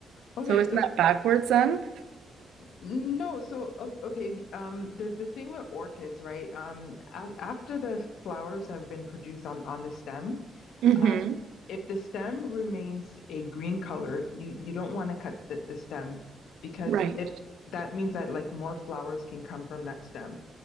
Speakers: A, on the left; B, on the right.
A: Okay.
B: So isn't
A: So
B: that backwards then?
A: no. So o- okay. Um. The the thing with orchids, right? Um. A after the flowers have been produced on on the stem,
B: Mm-hmm.
A: uh, if the stem remains a green color, you you don't want to cut the, the stem because
B: Right.
A: if that means that like more flowers can come from that stem,